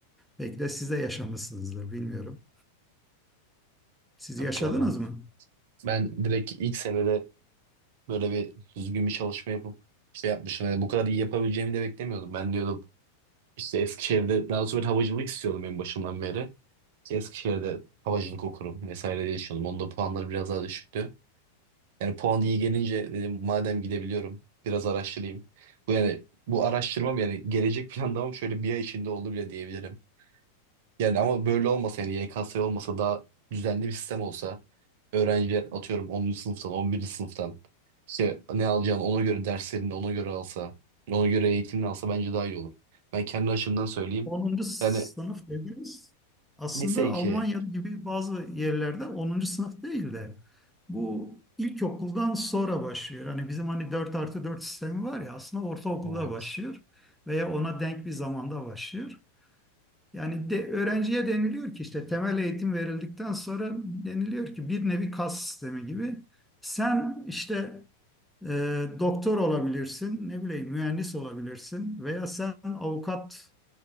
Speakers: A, in the centre; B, on the right.
A: Belki de siz de yaşamışsınızdır bilmiyorum. Siz
B: Okey.
A: yaşadınız
B: ben
A: mı?
B: Ben direkt ilk senede böyle bir düzgün bir çalışma yapıp şey yapmışım. Yani bu kadar iyi yapabileceğimi de beklemiyordum. Ben diyordum işte Eskişehir'de daha sonra havacılık istiyordum en başından beri. İşte Eskişehir'de havacılık okurum vesaire diye düşünüyordum. Onda puanları biraz daha düşüktü. Yani puan iyi gelince dedim madem gidebiliyorum biraz araştırayım. Bu yani bu araştırmam yani gelecek <laughs> planlamam şöyle bir ay içinde oldu bile diyebilirim. Yani ama böyle olmasa yani YKS olmasa daha düzenli bir sistem olsa öğrenciler atıyorum 10. sınıftan 11. sınıftan işte ne alacağını ona göre derslerini de ona göre alsa ona göre eğitimini alsa bence daha iyi olur. Ben kendi açımdan söyleyeyim.
A: Onuncu sınıf
B: Yani
A: dediniz. Aslında
B: lise 2
A: Almanya gibi bazı yerlerde onuncu sınıf değil de bu ilkokuldan sonra başlıyor. Hani bizim hani 4 artı 4 sistemi var ya aslında ortaokulda
B: evet.
A: başlıyor veya ona denk bir zamanda başlıyor. Yani de, öğrenciye deniliyor ki işte temel eğitim verildikten sonra deniliyor ki bir nevi kas sistemi gibi. Sen işte e, doktor olabilirsin, ne bileyim mühendis olabilirsin veya sen avukat